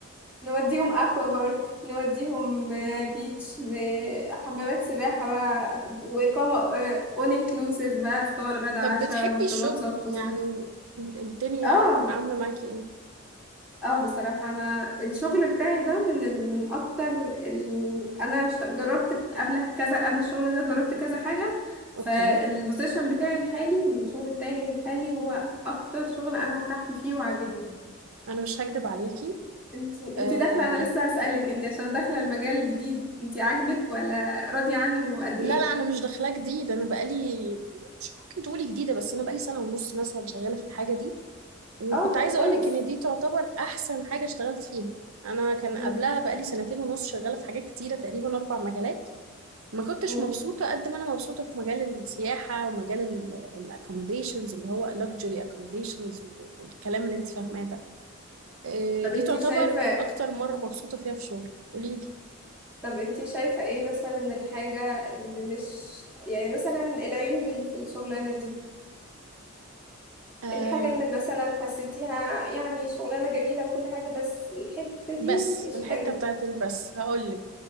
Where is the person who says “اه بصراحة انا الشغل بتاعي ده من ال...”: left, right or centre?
Centre